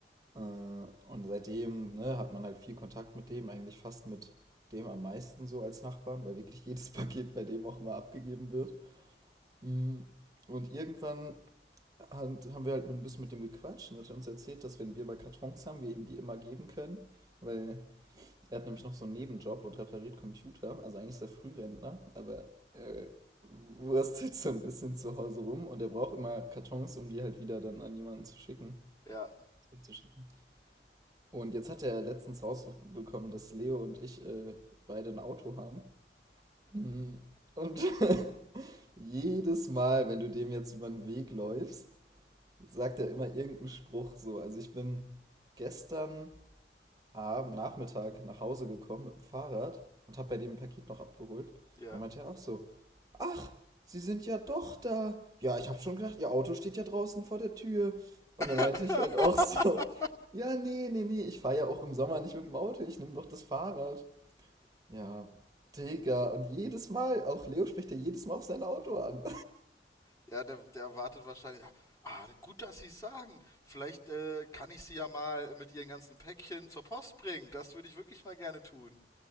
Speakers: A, on the right; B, on the left.
A: Äh, und seitdem ne, hat man halt viel Kontakt mit dem, eigentlich fast mit dem am meisten so als Nachbarn, weil wirklich <laughs> jedes Paket bei dem auch immer abgegeben wird. Mm, Und irgendwann hat, haben wir halt ein bisschen mit dem gequatscht und hat er uns erzählt, dass wenn wir mal Kartons haben, wir ihm die immer geben können, weil er hat nämlich noch so einen Nebenjob und repariert Computer. Also eigentlich ist er Frührentner, aber äh, wurstelt so ein bisschen zu Hause rum und er braucht immer Kartons, um die halt wieder dann an jemanden zu schicken.
B: Ja,
A: Zu schicken. Und jetzt hat er letztens rausbekommen, dass Leo und ich äh, beide ein Auto haben. Mhm. Und <laughs> jedes Mal, wenn du dem jetzt über den Weg läufst, sagt er immer irgendeinen Spruch so. Also ich bin gestern am Nachmittag nach Hause gekommen mit dem Fahrrad und habe bei dem ein Paket noch abgeholt. Und
B: ja.
A: dann meinte er auch so, ach, Sie sind ja doch da. Ja, ich habe schon gedacht, Ihr Auto steht ja draußen vor der Tür. Und
B: <laughs>
A: dann meinte ich halt auch so, <laughs> ja, nee, nee, nee, ich fahre ja auch im Sommer nicht mit dem Auto, ich nehme doch das Fahrrad. Ja, Digga, und jedes Mal, auch Leo spricht ja jedes Mal auf sein Auto an.
B: Ja, der, der erwartet wahrscheinlich. Ah, ah, gut, dass Sie es sagen. Vielleicht äh, kann ich Sie ja mal mit Ihren ganzen Päckchen zur Post bringen. Das würde ich wirklich mal gerne tun.